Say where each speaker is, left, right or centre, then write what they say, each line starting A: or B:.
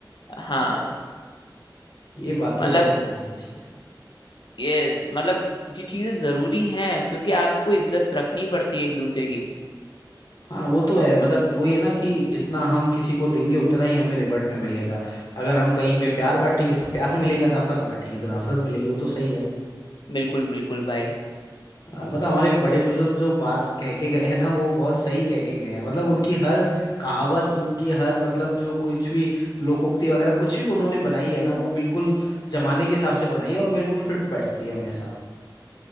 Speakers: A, on the left (about 70°); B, on the left (about 55°).
A: हाँ
B: ये बात
A: मतलब
B: तो मतलब बहुत अच्छी है
A: ये मतलब ये चीजें जरूरी हैं क्योंकि आपको इज्जत रखनी पड़ती है एक दूसरे की
B: हाँ वो तो है मतलब वो ये ना कि जितना हम किसी को देंगे उतना ही हमें रिबट में मिलेगा अगर हम कहीं पे प्यार बांटेंगे तो प्यार मिलेगा नफरत बांटेंगे तो नफरत मिलेगी वो तो सही है
A: बिल्कुल बिल्कुल भाई
B: आ, मतलब हमारे बड़े बुजुर्ग जो बात कह के गए हैं ना वो बहुत सही कह के गए हैं मतलब उनकी हर कहावत उनकी हर मतलब जो कुछ भी लोकोक्ति वगैरह कुछ भी उन्होंने बनाई है ना वो बिल्कुल जमाने के हिसाब से बनाई है और बिल्कुल फिट बैठती है हमेशा